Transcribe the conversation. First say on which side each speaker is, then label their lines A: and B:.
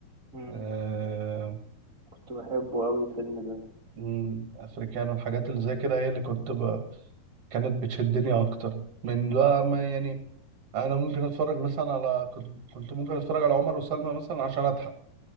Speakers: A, on the right (about 25°); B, on the right (about 45°).
A: مم.
B: آه،
A: كنت بحبه أوي الفيلم ده
B: مم، افريكانو الحاجات اللي زي كده هي اللي كنت ب... كانت بتشدني اكتر من بقى ما يعني انا ممكن اتفرج مثلا على كنت كنت ممكن اتفرج على عمر وسلمى مثلا عشان اضحك